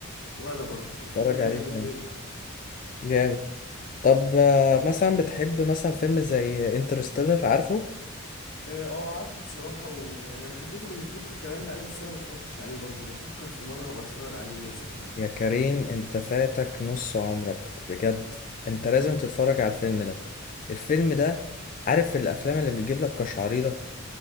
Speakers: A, on the left; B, on the left.
A: وانا برضو
B: اتفرج
A: الفيلم ده
B: عليه
A: جامد
B: تاني
A: جامد
B: جامد طب آه، مثلا بتحب مثلا فيلم زي انترستيلر عارفه
A: اه آه، عارفه بصراحة ويعني انا حبيته من كتر الكلام اللي عليه بس انا ما اتفرجتش عليه برضو بفكر في مرة هبقى اتفرج عليه لازم يعني
B: يا كريم انت فاتك نص عمرك بجد انت لازم تتفرج على الفيلم ده الفيلم ده عارف الافلام اللي بتجيب لك قشعريرة